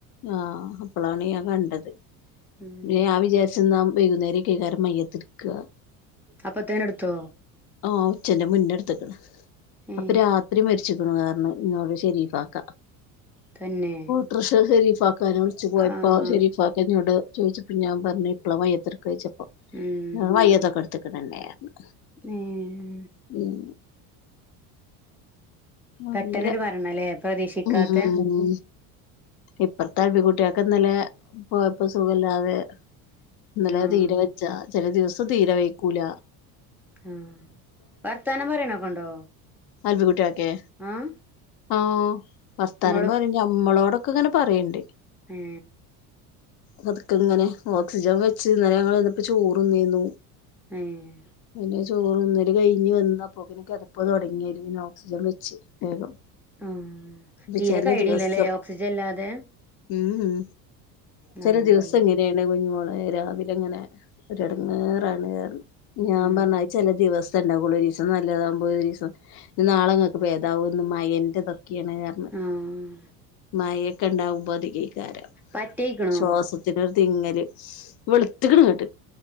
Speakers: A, on the left (about 60°); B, in the centre.
A: ആഹ് അപ്പളാണ് ഞാൻ കണ്ടത്
B: ഉം
A: ഞാൻ വിചാരിച്ചു വൈകുന്നേരക്ക ആയിരിക്കും മയ്യത്ത് എടുക്ക.
B: അപ്പ തന്നെ എടുത്തോ.
A: ആഹ് ഉച്ചന്റെ മുന്നെ എടുത്ത്ക്ക്ണ്.
B: ഏ
A: അപ്പോ രാത്രി മരിച്ച് ക്ക്ണ് കരണംഎന്നോട് ശെരീഫാക്ക.
B: തന്നെ
A: ട്രഷർ ഷെരീഫാക്കാനെ വിളിച്ചു പോയപ്പോ
B: ആഹ്
A: ശരീഫാ എന്നോട് ചോദിച്ചപ്പ ഞാൻ പറഞ്ഞു എപ്പള മയ്യിത്ത് എടുക്കാ ചോദിച്ചപ്പോ
B: ഉം
A: അത് മയ്യത്ത് എടു ഇതൊക്കെ തന്നെയായിരുന്നു.
B: ഏഹോ
A: ഉം അറിഞ്ഞില
B: പെട്ടെന്നൊരു മരണല്ലേ പ്രതീക്ഷിക്കാത്തെ
A: ആഹ് ഇപ്പറത്തെ അബികുട്ടിയാക്ക ഇന്നലെ പോയപ്പോ സുഖല്ലാതെ ഇന്നലെ
B: ആഹ്
A: തീരെ വജ്ജാ ചെല ദിവസം തീരെ വൈക്കൂല.
B: ആഹ വർത്താനം പറയണോക്കണ്ടോ?
A: അൽവി കുട്ടിയാക്കെ
B: ആഹ്
A: ആഹ് വർത്താനം
B: ഇങ്ങള്
A: പറയും നമ്മളോടൊക്കെ ഇങ്ങനെ പറയണ്ട്.
B: ഉം
A: പതുക്കെ ഇങ്ങനെ ഓക്സിജൻ വെച്ച് ഇന്നലെ ഞങ്ങൾ ചെന്നപ്പോ ചോറ്ന്നെന്നു.
B: ഏഹ്
A: പിന്നെ ചോറ് ന്നല് കഴിഞ് വന്നപ്പോ അപ്പോ പിന്നെ കെതപ്പ് തുടങ്ങി അയില് പിന്നെ ഓക്സിജൻ വെ ച്ചു വേഗം
B: ആഹ്
A: ഇപ്പ
B: തീരെ
A: ചില
B: കയിണില്ലല്ലെ
A: ദിവസം
B: ഓക്സിജൻ ഇല്ലാതെ.
A: ഉം ഉം ചല
B: ആഹ്
A: ദിവസം ഇങ്ങനെയാണ്. ന്റെ കുഞ്ഞിമോളെ രാവിലെ ഇങ്ങനെ ഒരടങ്ങേറാണ് പറഞ്ഞു. ഞാൻ
B: ഉം
A: പറഞ്ഞു അത് ചെല ദിവസം സം ണ്ടാകുള്ളു ഒരീസം നല്ലതകുമ്പോ ഒരു രീസം നാളെങ്ങൾക്ക് ഭേദാവും ഇന്ന് മയന്റെ ഇത് ക്കെണ് പറഞ്ഞു
B: ആഹ്
A: മഴയൊക്കെ ഉണ്ടാവുമ്പോതികധികായ്ക്കാരം
B: പറ്റയിക്കണോ
A: ശ്വാസ ത്തിനൊരു തിങ്ങല. വെളുത്ത്ക്ക്ണ്ങ്ങ്ട്ട്.